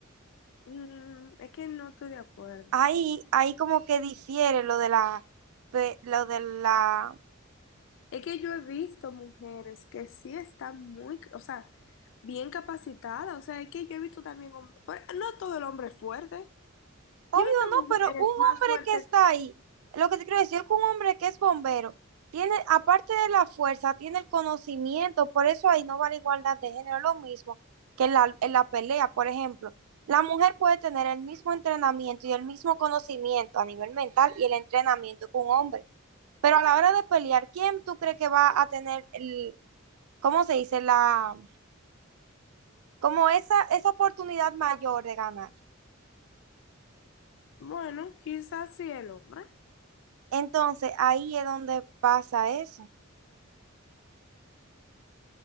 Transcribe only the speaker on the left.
mm, es que no estoy de acuerdo.
Es que yo he visto mujeres que sí están muy, o sea, bien capacitadas. O sea, es que yo he visto también, hom- bueno, no todo el hombre es fuerte.
Yo he visto
mujeres
más fuertes.
Bueno, quizás sí el hombre.